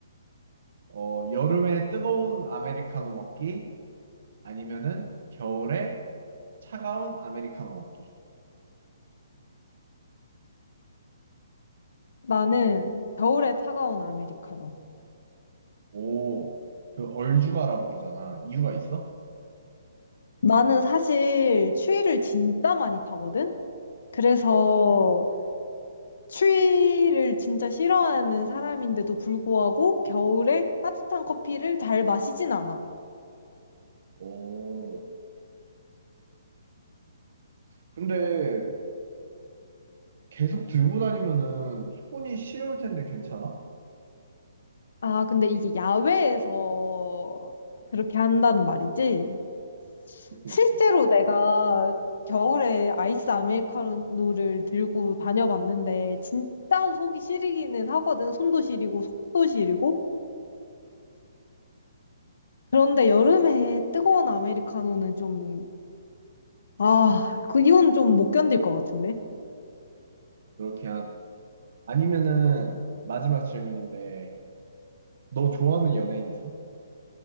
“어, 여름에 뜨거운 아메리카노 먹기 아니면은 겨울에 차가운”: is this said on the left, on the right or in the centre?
Right